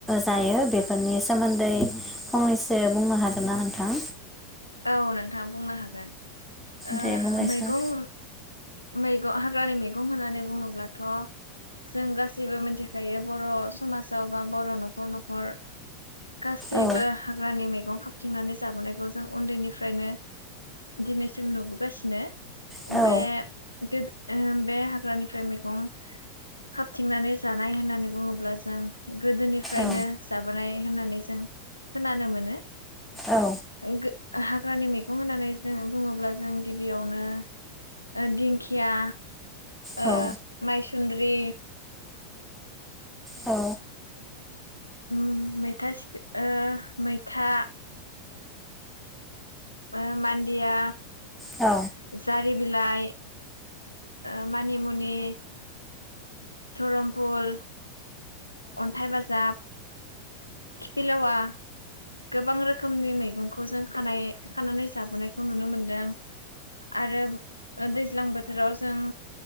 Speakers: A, in the centre; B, on the left.
A: जायो बेफोरनि सोमोन्दै फंनैसो बुंनो हागोनना नोंथां?
B: औ नोंथां बुंनो हागोन। ओ
A: दे बुंलायसाय
B: मैगं मैगं हाग्रानि मैगं होननानै बुङोब्लाथ' जों गासैबो मिथिखायो बर' समाजाव बा बर' न'खर न'खर गासैबो
A: औ
B: हाग्रानि मैगं खाबथिंनानै जाबोनायखौ जों उन्दैनिफ्रायनो दिनैसिम नुबोगासिनो।
A: औ
B: बे बे ओ बे हाग्रानिफ्राय मैगं हाबथिंनानै जानाय होननानै बुङोब्ला जों गोदोनिफ्रायनो
A: औ
B: जाबो नाय होननानै जों खोनानो मोनो।
A: औ।
B: <unintelligible> हाग्रानि मैगं होननानै जों बुङोब्ला जों गिबियावनो ओ दिंखिया ओ
A: औ
B: मायस सुन्द्रि
A: औ।
B: उम मैथा सिख ओ मैथा ओ मानदिया
A: औ।
B: जारि बिलाइ ओ मानिमुनि धरमफुल अन्थाइ बाजाब खिफि लेवा गोबां रोखोमनि मैगंखौ जों खानाय खानानै जाबोनायखौ नुनो मोनदों आरो ओ दैज्लां बोथोराव जों